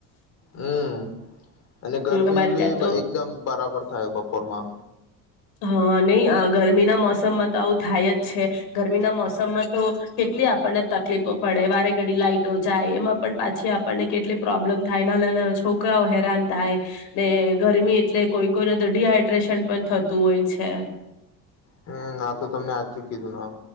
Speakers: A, on the left (about 45°); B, on the left (about 75°).
A: હમ્મ અને ગરમી
B: અમારે ત્યાં
A: બી
B: તો
A: એકદમ બરાબર થાય બપોરમાં
B: હા નહી ગરમીના મોસમમાં તો આવું થાય જ છે ગરમીના મોસમમાં તો કેટલી આપણને તકલીફો પડે વારે ઘડી લાઈટ જાય એમાં પણ પાછી આપણને કેટલી પ્રોબ્લેમ થાય નાના નાના છોકરાઓ હેરાન થાય. ને ગરમી એટલે કોઈ કોઈને તો ડીહાઈડ્રેશન પણ થતું હોય છે.
A: હમ્મ ના તો તમને આ ચું કીધું ના